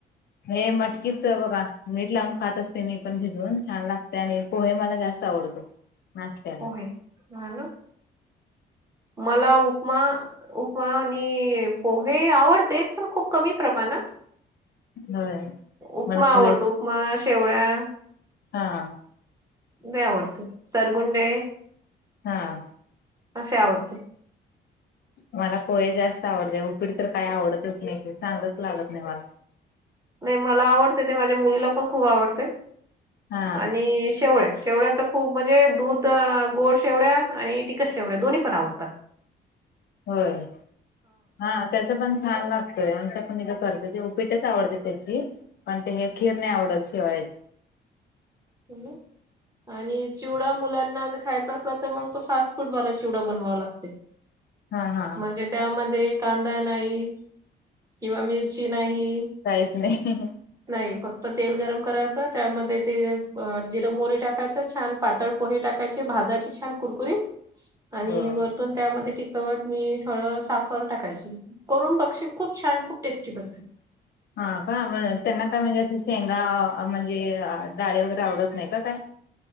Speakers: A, on the left (about 55°); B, on the right (about 15°).
A: हे मटकीच बघा मीठ लावून खात असते मी पण भिजवून छान लागते आणि पोहे मला जास्त आवडतो. नाश्त्याला
B: पोहे हा ना मला उपमा उपमा आणि पोहे आवडते पण खूप कमी प्रमाणात
A: होय
B: उपमा
A: मला पोहेच
B: आवडतो उपमा, शेवळ्या
A: हा.
B: लय आवडत सरगुंडे
A: थांब
B: असे आवडते.
A: मला पोहे जास्त आवडतय उपीड तर काय आवडतच नाही. चांगलंच लागत नाही मला
B: नाही मला आवडतय ते माझ्या मुलीला पण खूप आवडय
A: हा
B: आणि शेवळ्या. शेवळ्या तर खूप म्हणजे दूध गोड शेवळ्या आणि तिकट शेवळ्या दोन्ही परावतात.
A: होय. हा त्याच पण छान लागतंय आमच पण इथं करत्यात ते उपीटच आवडतय त्याची पण ते काय खीर नाही आवडत शेवळ्याची
B: हॅलो आणि चिवडा मुलांना जर खायचा असला तर मग तो फास्ट फूड वाला चिवडा बनवा लागतय
A: हा हा
B: <inaudible> म्हणजे त्या मध्ये कांदा नाही किंवा मिर्ची नाही.
A: काहीच नाही.
B: नाही फक्त तेल गरम करायचं त्या मध्ये ते जिरं मोरी टाकायचं छान पातळ पोहे टाकायचे भाजायचे छान कुरकुरीत आणि
A: हो
B: वरतून त्या मध्ये तिखट, मीठ, हळद, साखर टाकायची. करून बक्षील खूप छान खूप टेस्टी बनतय
A: हा का म त्यांना काय म्हणजे असं शेंगा म्हणजे डाळी वगैरे आवडत नाही का काय